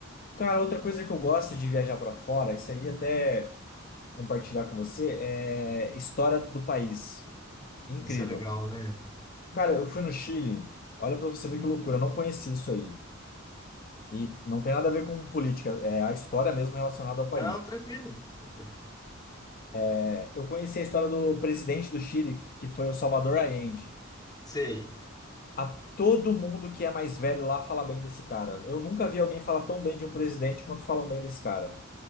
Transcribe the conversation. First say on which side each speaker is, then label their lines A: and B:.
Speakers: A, on the left; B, on the left.
A: Cara, outra coisa que eu gosto de viajar para fora, isso aí até compartilhar com você, é história do país. Incrível.
B: Isso é legal, né?
A: Cara, eu fui no Chile, olha para você ver que loucura, eu não conheci isso aí. E não tem nada a ver com política, é a história mesmo relacionada ao país.
B: Não, tranquilo. tranquilo.
A: É, Eu conheci a história do presidente do Chile, que foi o Salvador Allende.
B: Sei.
A: A todo mundo que é mais velho lá fala bem desse cara. Eu nunca vi alguém falar tão bem de um presidente quanto falam bem desse cara.